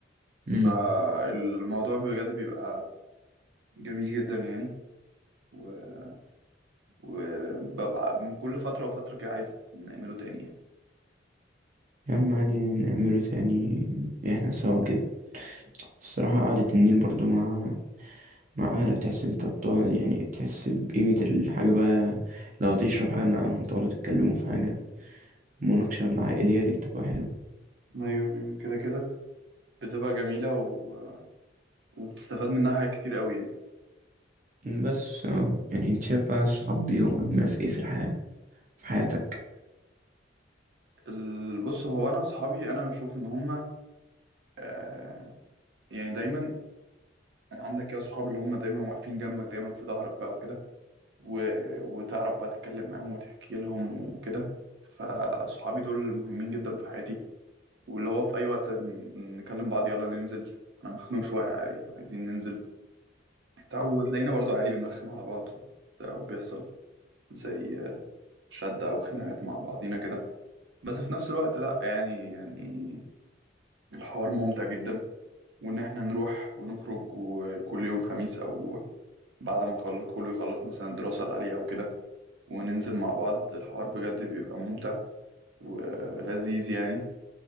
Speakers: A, on the right; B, on the right.
A: امم
B: فالموضوع بجد بيبقى جميل جدا يعني و- وببقى من كل فترة وفترة كده عايز نعمله تاني يعني
A: يا عم عادي نعمله تاني احنا سوا كده الصراحة قعدة النيل برضو مع مع أهلك تحس انت بتقعد يعني تحس بقيمة الحاجة بقى لو تشرب حاجة معاهم تقعدوا تتكلموا في حاجة المناقشة العائلية دي بتبقى حلوة
B: ايوه ايوه كده كده بتبقى جميلة و... وبتستفاد منها حاجات كتير قوي يعني
A: بس اه يعني انت شايف بقى الصحاب ليهم أهمية في ايه في الحياة في حياتك
B: ال- بص هو انا اصحابي انا بشوف ان هم آه، يعني دايما عندك كده صحاب اللي هم دايما واقفين جنبك دايما في ظهرك بقى وكده و... وتعرف بقى تتكلم معاهم وتحكي لهم وكده فصحابي دول مهمين جدا في حياتي واللي هو في اي وقت ن- نكلم بعض يلا ننزل انا مخنوق شويه عاي- عايزين ننزل بتاع وتلاقينا برضو عادي بنرخم على بعض وبتاع وبيحصل زي شد او خناقات مع بعضينا كده بس في نفس الوقت لا يعني يعني الحوار ممتع جدا وان احنا نروح ونخرج وكل يوم خميس او بعد ما نخلص كله يخلص مثلا الدراسة اللي عليه أو كده وننزل مع بعض الحوار بجد بيبقى ممتع ولذيذ يعني